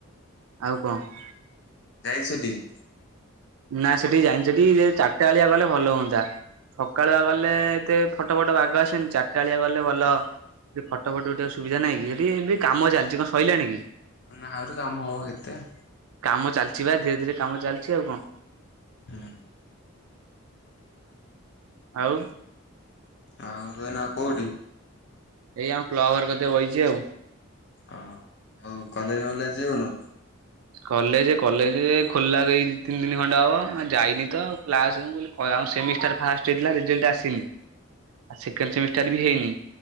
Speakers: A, on the right; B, on the left.
A: ଆଉ କଣ।
B: ଯାଇଚୁ ସେଠିକି?
A: ନା ସେଠିକି ଯାଇନି ସେଠିକି ଯେ ଚାରିଟା ବେଳିଆ ଗଲେ ଭଲ ହୁଅନ୍ତା। ସକାଳୁଆ ଗଲେ ଏତେ ଫଟ ଫଟ ବାଘ ଆସନି ଚାରିଟାଳିଆ ଗଲେ ଭଲ। ସେଠି ଫଟୋ ଫଟ ଉଠେଇବାକୁ ସୁବିଧା ନାଇଁ କି ସେଠ ଏ ବି କାମ ଚାଲିଛି କଣ ସଇଲାଣିକି
B: ନା ଆହୁରି କାମ ହବ କେତେ।
A: କାମ ଚାଲିଛି ବା ଧୀରେ ଧୀରେ କାମ ଚାଲିଛି ଆଉ କଣ।
B: ହଁ।
A: ଆଉ।
B: ଆଉ ତୁ ଏ ନା କୋଉଠି?
A: ଏଇ ଆ କ୍ଲବ ଘର କତିରେ ବଇଚି ଆଉ।
B: ଓ ଆଉ କଲେଜ ମଲେଜ ଯିବୁନୁ?
A: କଲେଜ କଲେଜ ଏ ଖୋଲିଲାବେକୁ ଦି ତିନି ଦିନ ଖଣ୍ଡେ ହବ ଯାଇନି ତ ଆଉ କ୍ଲାସକୁ ମୁଁ କହିଲି ଓ ଆଉ ସେମିଷ୍ଟାର୍ ଫାଷ୍ଟ ହେଇଥିଲା ରେଜଲ୍ଟ ଆସିନି ଆ ସେକେଣ୍ଡ ସେମିଷ୍ଟାର ବି ହେଇନି।